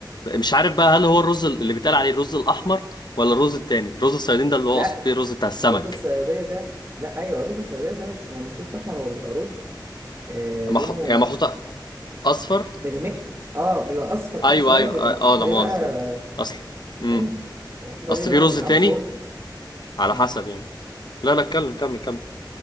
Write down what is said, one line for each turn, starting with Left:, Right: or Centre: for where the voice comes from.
Left: مش عارف بقى هل هو الرز اللي بيتقال عليه الرز الاحمر ولا الرز التاني رز الصيادين ده اللي هو
Right: لا
Left: اقصد بيه الرز بتاع السمك
Right: رز الصياديه ده لا ايوه رز الصياديه ده مش هو مش رز احمر هو بيبقى رز آه
Left: مح...
Right: لونه
Left: يعني محطوطة أصفر
Right: مغمق اه بيبقى اصفر
Left: أيوه
Right: كده شويه
Left: أيوه
Right: بيبقى
Left: أه
Right: محطوط
Left: آه، لا
Right: عليه
Left: مؤاخذة
Right: بقى
Left: لا مؤاخذة. أصل أمم
Right: ايوه محطوط عليه
Left: أصل في
Right: لا
Left: رز
Right: بيتعب
Left: تاني
Right: بس هو
Left: على
Right: مم.
Left: حسب يعني لا لا اتكلم كمل كمل